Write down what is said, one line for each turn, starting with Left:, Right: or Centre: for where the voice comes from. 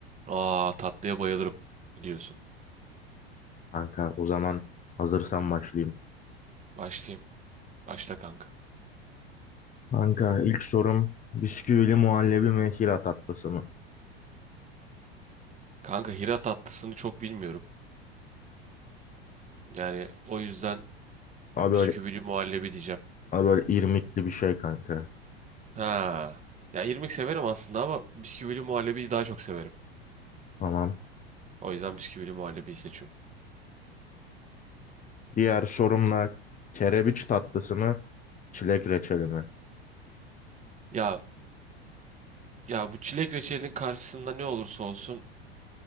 Right: Aa, tatlıya bayılırım biliyorsun.
Left: Kanka o zaman hazırsan başlayayım.
Right: Başlayayım. Başla kanka.
Left: Kanka ilk sorum bisküvili muhallebi mi Hira tatlısı mı?
Right: Kanka Hira tatlısını çok bilmiyorum. Yani o yüzden
Left: Ama
Right: bisküvili
Left: böyle,
Right: muhallebi diyeceğim.
Left: ama böyle irmikli bir şey kanka.
Right: Ha. Ya irmik severim aslında ama bisküvili muhallebiyi daha çok severim.
Left: Tamam.
Right: O yüzden bisküvili muhallebiyi seçiyorum.
Left: Diğer sorumla kerebiç tatlısı mı? Çilek reçeli mi?
Right: Ya ya bu çilek reçelinin karşısında ne olursa olsun